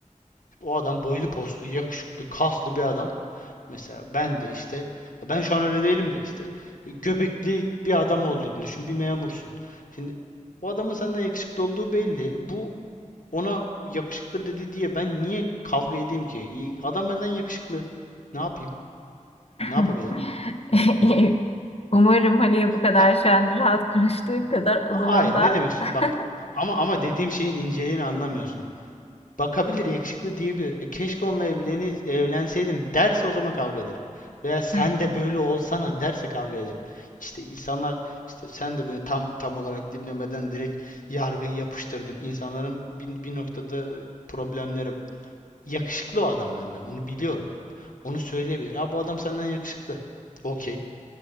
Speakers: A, on the left; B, on the left.
A: O adam boylu poslu, yakışıklı, kaslı bir adam. Mesela ben de işte ben şu an öyle değilim de işte e, göbekli bir adam olduğunu düşün. Bir memursun. Şimdi o adamın senden yakışıklı olduğu belli. Bu ona yakışıklı dedi diye ben niye kavga edeyim ki? İyi- Adam benden yakışıklı. Ne yapayım? Ne yapabilirim?
B: <laughs> Umarım hani bu kadar
A: Ha,
B: şu an rahat konuştuğun kadar o
A: hayır,
B: zaman da
A: ne demek istiyorum?
B: <laughs>
A: Bak ama ama dediğim şeyin inceliğini anlamıyorsun. Bakabilir yakışıklı diyebilir. E, keşke onunla evleni, evlenseydim derse o zaman kavga ederim. Veya sen
B: Hı,
A: de böyle olsana derse kavga ederim. İşte insanlar işte sen de böyle tam tam olarak dinlemeden direkt yargıyı yapıştırdın. İnsanların bir, bir noktada problemleri bu. Yakışıklı o adam benden. Onu biliyorum. Onu söyleyebilir. Ya bu adam senden yakışıklı. Okey.